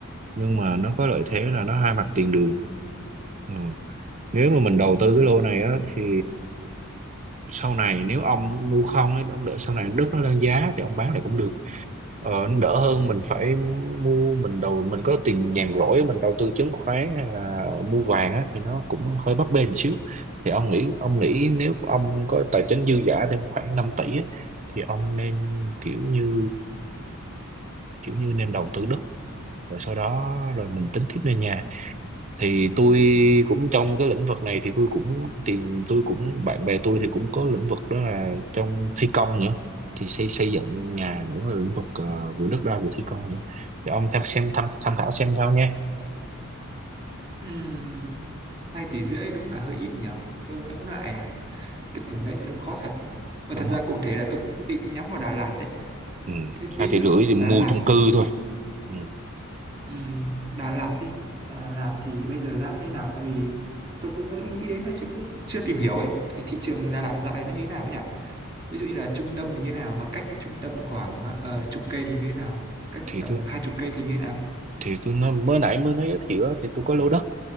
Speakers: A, on the right; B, on the right.
A: nhưng mà nó có lợi thế là nó hai mặt tiền đường Ừ nếu mà mình đầu tư cái lô này á thì sau này nếu ông mua không ấy, ông đợi sau này đất nó lên giá thì ông bán lại cũng được ờ, nó đỡ hơn mình phải mua mình đầu mình có tiền nhàn rỗi mình đầu tư chứng khoán hay là mua vàng á thì nó cũng hơi bấp bênh xíu thì ông nghĩ ông nghĩ nếu ông có tài chính dư giả thêm khoảng 5 tỷ á, thì ông nên kiểu như kiểu như nên đầu tư đất rồi sau đó rồi mình tính tiếp lên nhà thì tôi cũng trong cái lĩnh vực này thì tôi cũng tìm tôi cũng bạn bè tôi thì cũng có lĩnh vực đó là trong thi công nữa thì xây xây dựng nhà nữa là lĩnh vực ờ, vừa đất đai vừa thi công nữa thì ông tham xem tham tham khảo xem sao nha
B: Ừm, hai tỷ rưỡi đúng là hơi ít nhỉ tôi ngẫm lại
A: Ừ,
B: à, cái tầm đấy thì đúng khó thật mà
A: đúng
B: thật ra
A: rồi
B: cụ thể là tôi cũng định nhắm vào Đà Lạt đấy
A: ừ.
B: thế ví
A: hai tỷ
B: dụ
A: rưỡi thì mua
B: Đà Lạt
A: chung cư thôi ừ.
B: ừm, Đà Lạt đi Đà Lạt thì bây giờ giá nó như thế nào tại vì tôi cũng mới nghĩ đến là chứ cũng chưa tìm hiểu ấy thì thị trường Đà Lạt dạo này nó như thế nào ấy nhỉ ví dụ như là trung tâm thì như thế nào mà cách trung tâm khoảng ờ, chục cây thì như thế nào cách
A: thì
B: tầm
A: tôi
B: hai chục cây thì như thế nào
A: thì tôi nói, mới nãy mới nói giới thiệu á, thì tôi có lô đất